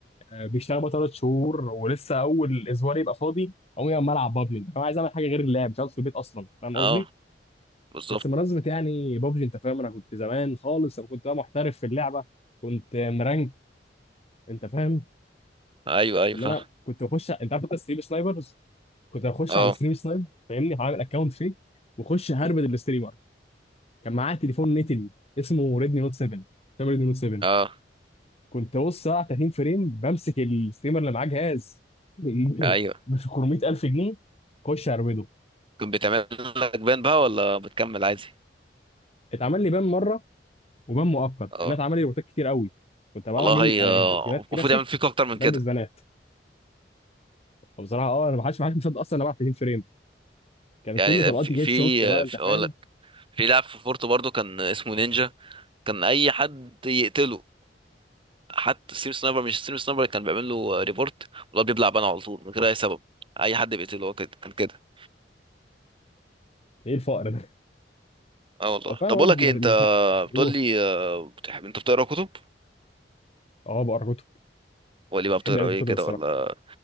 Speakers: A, on the left; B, on the right.
A: آه، بيشتغل بقى ثلاث شهور ولسه اول اسبوع يبقى فاضي اقوم يا العب بابجي انت فاهم عايز اعمل حاجه غير اللعب مش عاوز في البيت اصلا فاهم
B: اه
A: قصدي
B: بالظبط
A: بس منظمه يعني بابجي انت فاهم انا كنت زمان خالص انا كنت بقى محترف في اللعبه كنت مرانك انت فاهم
B: ايوه ايوه
A: ان
B: فاهم
A: انا كنت بخش انت عارف انت ستريم سنايبرز كنت بخش
B: اه
A: على ستريم سنايب فاهمني هعمل اكونت فيك واخش هربد الاستريمر كان معاه تليفون نتن اسمه ريدمي نوت 7 فاهم ريدمي نوت 7
B: اه
A: كنت بص ساعه 30 فريم بمسك الستريمر اللي معاه جهاز <laughs> ب
B: ايوه
A: 400000 جنيه اخش هربده
B: كنت بتعمل لك بان بقى ولا بتكمل عادي
A: اتعمل لي بان مره وبان مؤقت
B: اه
A: انا اتعمل لي روبوتات كتير قوي كنت بلعب
B: والله
A: جيم
B: هي
A: آه،
B: آه،
A: جيمات كلاسيك
B: المفروض يعمل فيك اكتر من
A: بلبس
B: كده
A: بنات فبصراحه اه انا ما حدش ما حدش مصدق اصلا انا بلعب 30 فريم كان
B: يعني
A: كل طلقاتي
B: في في
A: هيد شوت بقى انت
B: في-
A: فاهم
B: اقول لك في لاعب في فورتو برضو كان اسمه نينجا كان اي حد يقتله حتى ستيم سنايبر مش ستيم سنايبر كان بيعمل له ريبورت والله بيبلع بان على طول من غير اي سبب اي حد بيقتله هو كده كان كده
A: ايه الفقر ده
B: اه والله
A: هو فعلا
B: طب
A: والله
B: اقول لك ايه
A: ما
B: انت
A: ما تفهم
B: بتقول
A: هو
B: لي آه، بتحب انت بتقرا كتب
A: اه بقرا كتب
B: ولا بقى
A: بحب
B: بتقرا
A: قراءة
B: ايه
A: الكتب
B: كده
A: الصراحة
B: ولا